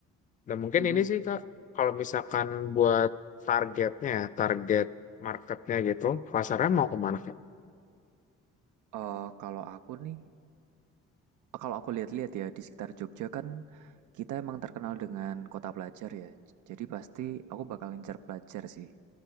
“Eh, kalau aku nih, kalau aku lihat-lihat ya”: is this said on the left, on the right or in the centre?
Right